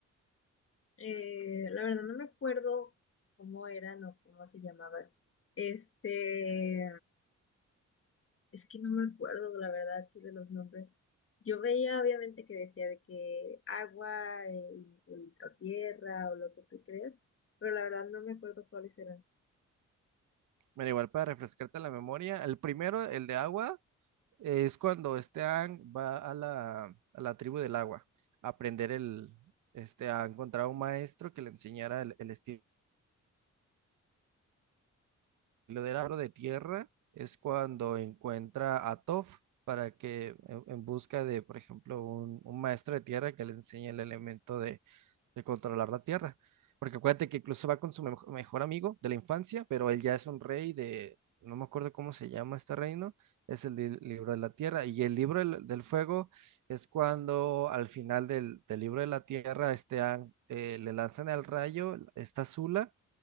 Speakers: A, on the left; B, on the right.
A: Eh, la verdad no me acuerdo cómo eran o cómo se llamaban. Este, es que no me acuerdo, la verdad, sí, de los nombres. Yo veía, obviamente, que decía de que agua eh, y- o, o tierra o lo que tú creas, pero la verdad no me acuerdo cuáles eran.
B: Bueno, igual para refrescarte la memoria, el primero, el de agua, es cuando este Aang va a la, a la tribu del agua a aprender el, este, a encontrar un maestro que le enseñara el, el estilo del agro de tierra. Es cuando encuentra a Toph para que, en, en busca de, por ejemplo, un, un maestro de tierra que le enseñe el elemento de, de controlar la tierra. Porque acuérdate que incluso va con su mejo- mejor amigo de la infancia, pero él ya es un rey de, no me acuerdo cómo se llama este reino, es el li- libro de la tierra. Y el libro del, del fuego es cuando al final del, del libro de la tierra este, Aang, eh, le lanzan el rayo, esta zula